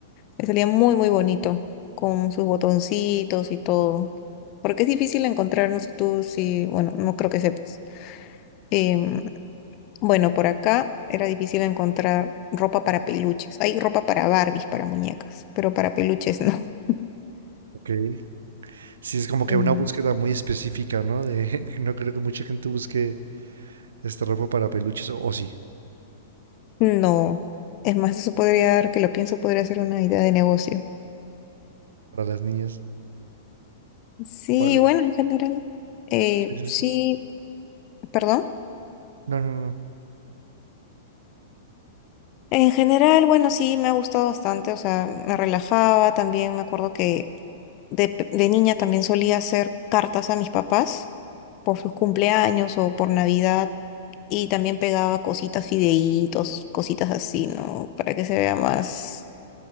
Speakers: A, on the left; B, on the right.
A: Le salía muy, muy bonito, con sus botoncitos y todo. Porque es difícil encontrar, no sé tú si, bueno, no creo que sepas. em, Bueno, por acá era difícil encontrar ropa para peluches. Hay ropa para Barbies, para muñecas, pero para peluches no. <laughs>
B: ok. Sí, es como que
A: Mm.
B: una búsqueda muy específica, ¿no? De, <laughs> no creo que mucha gente busque este ropa para peluches, o, o sí,
A: No. Es más, eso podría dar, que lo pienso, podría ser una idea de negocio.
B: para las niñas,
A: Sí,
B: para los...
A: bueno, en general, eh,
B: Sí, sí,
A: sí,
B: sí.
A: perdón.
B: No, no, no, no,
A: En general, bueno, sí, me ha gustado bastante, o sea, me relajaba, también me acuerdo que de, pe- de niña también solía hacer cartas a mis papás por sus cumpleaños o por Navidad y también pegaba cositas, fideitos, cositas así, ¿no? Para que se vea más,